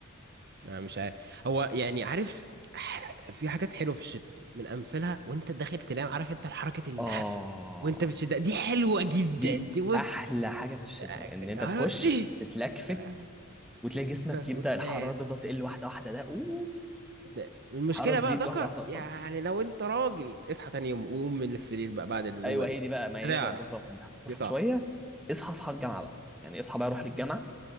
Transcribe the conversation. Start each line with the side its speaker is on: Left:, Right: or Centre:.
Right: أنا مش عارف هو يعني عارف ح- في حاجات حلوه في الشتاء من امثلها وانت داخل تنام عارف انت حركه اللحاف
Centre: اه
Right: وانت بتشد دي حلوه جدا
Centre: دي
Right: دي بص
Centre: احلى حاجه في الشتاء
Right: آه،
Centre: ان انت
Right: آه،
Centre: تخش
Right: دي
Centre: تتلكفت
Right: آه،
Centre: وتلاقي جسمك
Right: بس
Centre: يبدا
Right: وتنام
Centre: الحراره تفضل تقل واحده واحده ده اوف
Right: وتنام المشكله
Centre: الحراره تزيد
Right: بقى ذكر
Centre: واحده واحده اقصد
Right: يعني لو انت راجل اصحى تاني يوم وقوم من السرير بقى بعد النومه
Centre: ايوه
Right: دي
Centre: هي دي بقى ما هي
Right: هتعرف
Centre: بقى بالظبط انت هتتبسط
Right: دي صعب
Centre: شويه اصحى اصحى الجامعه بقى يعني اصحى بقى روح للجامعه